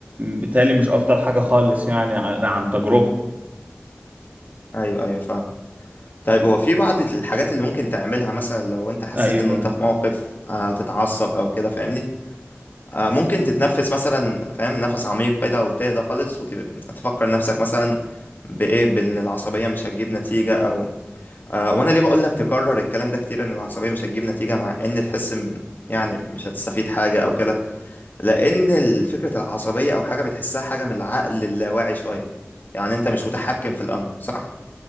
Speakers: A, on the right (about 40°); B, on the left (about 50°).
A: بالتالي مش افضل حاجة خالص يعني عن عن تجربة
B: ايوه ايوه فاهم طيب هو في بعض الحاجات اللي ممكن تعملها مثلا لو انت حسيت
A: ايوه
B: ان انت في موقف هتتعصب او كده فاهمني آه، ممكن تتنفس مثلا فاهم نفس عميق كده وتهدى خالص وتفكر نفسك مثلا بايه بان العصبيه مش هتجيب نتيجه او آه، وانا ليه بقول لك تكرر الكلام ده كتير ان العصبيه مش هتجيب نتيجه مع ان تحس م- يعني مش هتستفيد حاجه او كده لان ال- فكره العصبيه او حاجه بتحسها حاجه من العقل اللاواعي شويه يعني انت مش متحكم في الامر صح